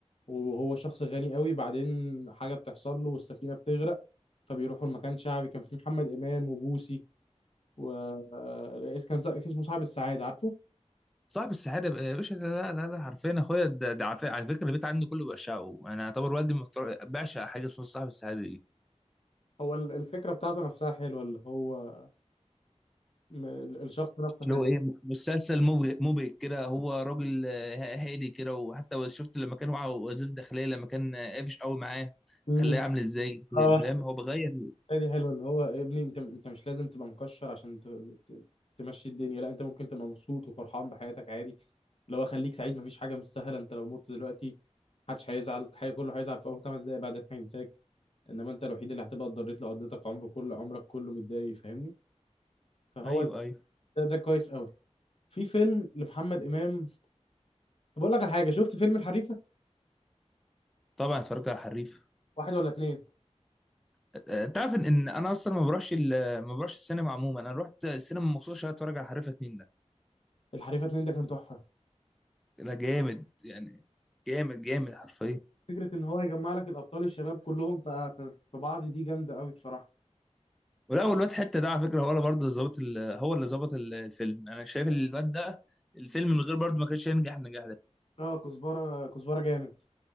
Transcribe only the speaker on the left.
وهو شخص غني قوي بعدين حاجة بتحصل له والسفينة بتغرق فبيروحوا لمكان شعبي كان فيه محمد امام وبوسي و آه، اس- كان صا- اسمه صاحب السعادة عارفه
هو ال- الفكرة بتاعته نفسها حلوة اللي هو م- ال- الشخص نفسه حلو
امم
اه
لا دي حلوه اللي هو يا ابني انت انت مش لازم تبقى مكشر عشان ت... ت... تمشي الدنيا لا انت ممكن تبقى مبسوط وفرحان بحياتك عادي اللي هو خليك سعيد مفيش حاجه مستاهله انت لو مت دلوقتي محدش هيزعل حاجه كله هيزعل في اول خمس دقايق بعدين هينساك انما انت الوحيد اللي هتبقى اتضريت لو قضيتك عمره كله عمرك كله متضايق فاهمني فهو
ده, ده كويس قوي في فيلم لمحمد امام طب اقول لك على حاجه شفت فيلم الحريفه
واحد ولا اتنين
الحريفه اتنين ده كان تحفه
فكره ان هو يجمع لك الابطال الشباب كلهم في في- في بعض دي جامده قوي بصراحه
اه كزبره كزبره جامد